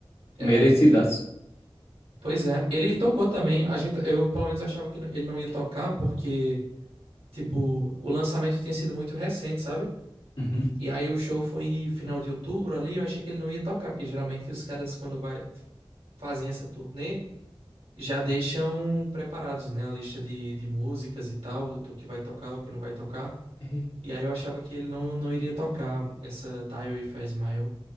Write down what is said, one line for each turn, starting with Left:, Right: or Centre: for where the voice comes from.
Right: É,
Left: Merecidaço.
Right: eu- pois é, ele tocou também. A gente, eu pelo menos achava que ele não ia tocar porque Tipo, o lançamento tinha sido muito recente, sabe?
Left: Uhum.
Right: E aí o show foi final de outubro ali, eu achei que ele não ia tocar, porque geralmente os caras, quando vai, fazem essa turnê, já deixam preparados, né? A lista de, de músicas e tal, do que vai tocar, o que não vai tocar.
Left: É,
Right: E aí eu achava que ele não, não iria tocar essa Dial If I Smile.